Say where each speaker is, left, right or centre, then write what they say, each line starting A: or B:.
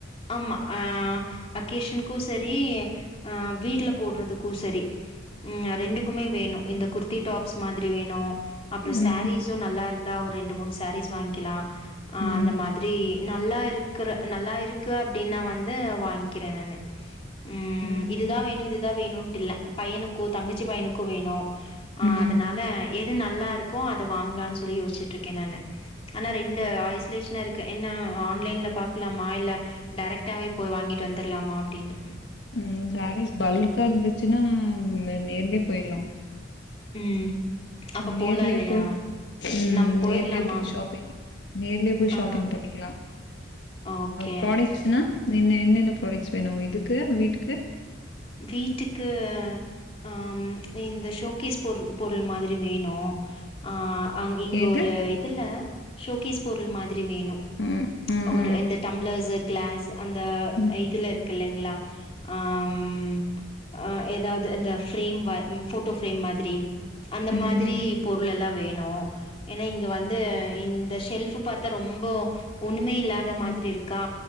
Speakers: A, on the left; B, on the left.
A: ஆமா அஹ அகேஷனுக்கும் சரி அஹ வீடுல போடுறதுக்கும் சரி ம் ரெண்டுக்குமே வேணும் இந்த குர்த்தி டாப்ஸ் மாதிரி வேணும் அப்புறம்
B: ம்
A: சாரீஸும் நல்லா இருந்தா ஒரு ஒரு ரெண்டு மூணு சேரீஸ் வாங்கிக்கலாம் ஆஹ்
B: ம்
A: அந்த மாதிரி நல்லா இருக்கற நல்லா இருக்கு அப்படின்னா வந்து வாங்கி இருக்கிறேன் நானு உம்
B: ம்
A: இதுதான் வேணும் இதுதான் வேணும் இல்ல பையனுக்கும் தங்கச்சி பையனுக்கும் வேணும் அ
B: ம்
A: அதுனால எது நல்லா இருக்கோ அது வாங்கலாம்னு சொல்லி யோசிச்சுட்டு இருக்கே நானு ஆனா ரெண்டுஆய்ஸ்லேஷனா இருக் என்ன ஆன்லைன்ல பாக்லாமா இல்ல டைரக்டாவே போய் வாங்கிட்டு வந்துரலாமா அப்டின்னு
B: ம் சாரீஸ் பல்கா இருந்துச்சுன்னா நேர்யே போயிர்லா
A: ம் அப்ப
B: நேர்லே
A: போலா இல்லையா
B: போயி ம்
A: நம்ம போயிரலாமா
B: நேர்லே போயி ஷாப்பிங் நேர்லே போய்
A: ஆ
B: ஷாப்பிங் பண்ணிக்லா
A: ஓகே
B: ப்ராடக்ட்ஸ்னா என்னன்ன ப்ராடக்ட்ஸ் வேணு இதுக்கு வீட்டுக்கு
A: வீட்டுக்கு அ இந்த ஷோக்கேஸ் பொரு பொருள் மாதுரி அது வேணு ஆ அங் இங்க
B: எது
A: ஒரு இதுல்ல ஷோக் பொருள் மாதுரி வேணு
B: ம் ம்
A: ஒரு
B: ம்
A: இந்த டம்ளர்ஸு க்ளாஸ் அந்த
B: ம்
A: இதுல இருக்கு இல்லைங்ளா ம் எதாவ்து து இந்த ஃப்ரேம் போட்டோ ஃப்ரேம் மாதுரி அந்த
B: ம்
A: மாதுரி
B: ம்
A: பொருள் எல்லா வேணு ஏன்னா இங்க வந்து இந்த ஷெல்ஃப் இப்ப பாத்தா ரொம்பொ ஒன்னுமே இல்லாத மாத்ரி
B: ஆ
A: இருக்கா